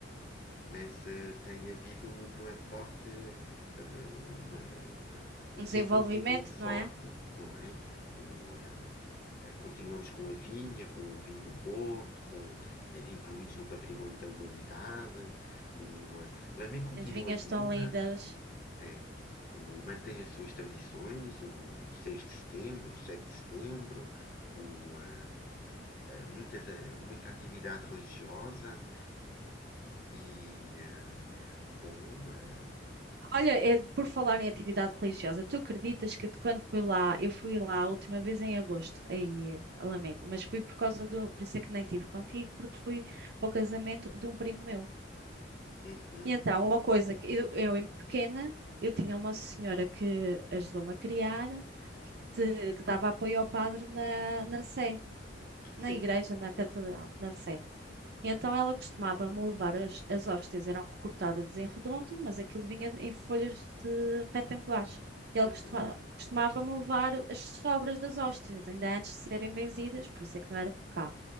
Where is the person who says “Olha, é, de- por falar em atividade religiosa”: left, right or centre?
Right